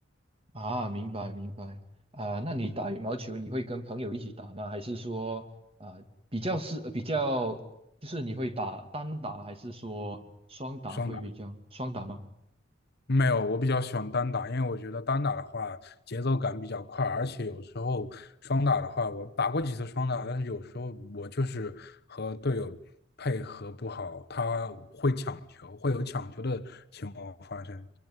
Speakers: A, on the right (about 30°); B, on the left (about 55°).
A: 啊，明白明白啊，那你打羽毛球你会跟朋友一起打吗？还是说啊比较是呃比较就是你会打单打还是说双打会比较双打吗？
B: 双打。没有，我比较喜欢单打，因为我觉得单打的话节奏感比较快，而且有时候双打的话，我打过几次双打，但是有时候我就是和队友配合不好，他会抢球，会有抢球的情况发生，